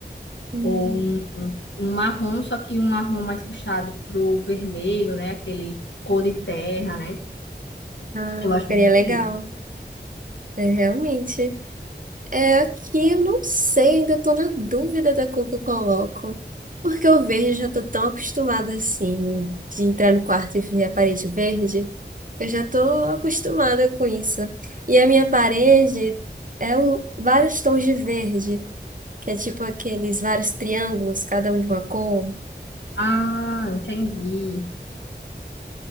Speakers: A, on the right; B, on the left.
A: Hum.
B: ou um marrom, só que um marrom mais puxado pro vermelho, né? Aquele cor de terra, né?
A: Ah,
B: Eu acho
A: ficaria
B: muito
A: legal.
B: bonito.
A: É, realmente. É, aqui eu não sei, ainda tô na dúvida da cor que eu coloco. Porque o verde eu já tô tão acostumada assim, de entrar no quarto e ver a parede verde. Eu já tô acostumada com isso. E a minha parede é um, vários tons de verde, que é tipo aqueles vários triângulos, cada um de uma cor.
B: Ah, entendi.